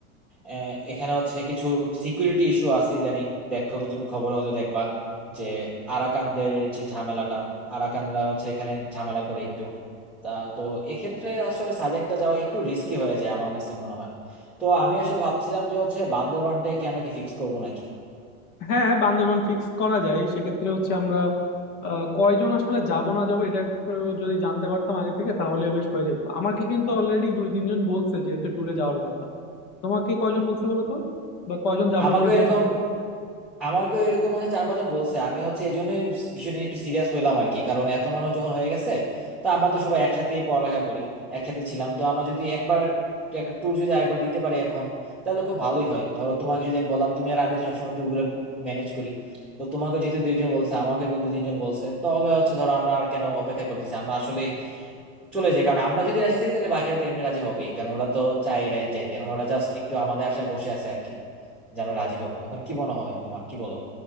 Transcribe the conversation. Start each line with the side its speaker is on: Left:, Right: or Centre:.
Centre: আহ, এখানে হচ্ছে কিছু সিকিউরিটি ইস্যু আছে ইদানিং দেখো তো তুমি খবর হয়তো দেখবা যে আরাকানদের যে ঝামেলাটা আরাকানরা হচ্ছে এখানে ঝামেলা করে একটু তা তো এক্ষেত্রে আসলে সাজেকটা যাওয়া একটু রিস্কি হয়ে যায় আমার কাছে মনে হয় তো আমি আসলে ভাবছিলাম যে হচ্ছে বান্দরবানটাই কি আমরা কি ফিক্স করবো নাকি
Left: হ্যাঁ বান্দরবান ফিক্স করা যায় সেক্ষেত্রে হচ্ছে আমরা আহ, কয়জন আসলে যাব না যাব এটা একটু যদি জানতে পারতাম আগে থেকে তাহলে বেশ হয়ে যেত আমাকে কিন্তু অলরেডি দুই তিনজন বলছে যে হচ্ছে ট্যুরে যাওয়ার কথা তোমাকে কয়জন বলছে বলো তো বা কয়জন যাবে
Centre: আমাকে
Left: বলে
Centre: এরকম
Left: ঠিক করতেছো
Centre: আমাকে এরকম হচ্ছে চার পাঁচজন বলছে আমি হচ্ছে এই জন্যই বিষয়টা নিয়ে একটু সিরিয়াস হলাম আর কি কারণ এত মানুষ যখন হয়ে গেছে তো আমরা তো সবাই একসাথেই পড়ালেখা করি একসাথে ছিলাম তো আমরা যদি একবার একটা ট্যুর যদি আরেকবার দিতে পারি এখন তাহলে খুব ভালোই হয় ধরো তোমাকে যদি আমি বললাম তুমি আর আমি তো সবসময় ট্যুর গুলো ম্যানেজ করি তো তোমাকে যেহেতু দুইজন বলছে আমাকে এরকম দুই তিনজন বলছে তাহলে হচ্ছে ধরো আমরা আর কেন অপেক্ষা করতেছি আমরা আসলে চলে যাই কারণ আমরা যদি রাজি থাকি তাহলে বাকিরা তো এমনি রাজি হবেই কারণ ওরা তো চাই রাই- যাইতে এখন ওরা জাস্ট একটু আমাদের আশায় বসে আছে আর কি যে আমরা রাজি হবো এখন কি মনে হয় তোমার কি বলো